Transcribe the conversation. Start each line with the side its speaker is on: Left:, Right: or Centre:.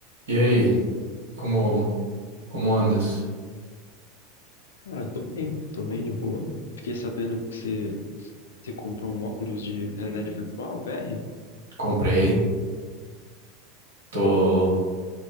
Right: E aí, como como andas?
Left: Cara, tô bem, tô bem de boa. Fiquei sabendo que você, você comprou um óculos de realidade virtual, VR.
Right: Comprei, tô